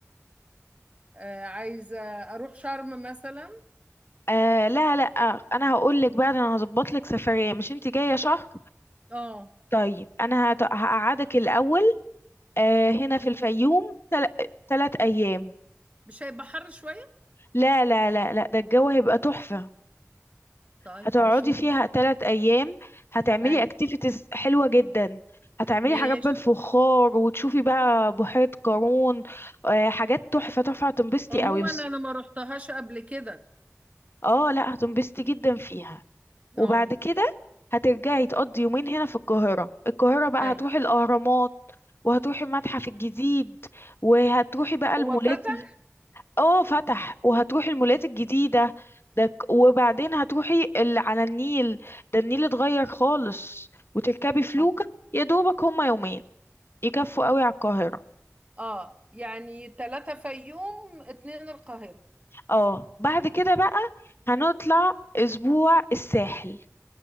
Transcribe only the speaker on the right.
آه، عايزه اروح شرم مثلا
اه
مش هيبقى حر شويه
طيب
نشوف
اي
ماشي
عموما
انا ما رحتهاش قبل كده
اه
اي
هو فتح
اه
اه يعني ثلاثة فيوم اتنين القاهرة